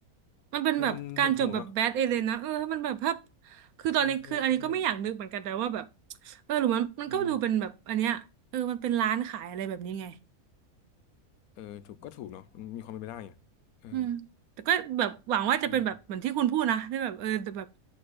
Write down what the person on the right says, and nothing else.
มันเป็นแบบการจบแบบแบดเอเลยนะเออถ้ามันแบบภาพ
คือตอนนี้คืออันนี้ก็ไม่อยากนึกเหมือนกันแต่ว่าแบบ
เออหรือมันมันก็ดูเป็นแบบอันเนี้ยเออมันเป็นร้านขายอะไรแบบนี้ไง
อืมแต่ก็แบบหวังว่าจะเป็นแบบเหมือนที่คุณพูดนะที่แบบเออแต่แบบ